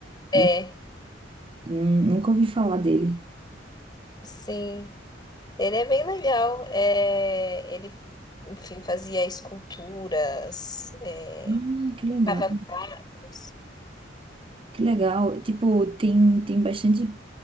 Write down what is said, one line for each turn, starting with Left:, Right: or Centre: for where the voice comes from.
Left: É,
Right: Nu- nu- Nunca ouvi falar dele.
Left: sim, ele é bem legal. É, ele, enfim, fazia esculturas, é,
Right: Ah, que legal.
Left: Tava quadros.
Right: Que legal. Tipo, tem, tem bastante.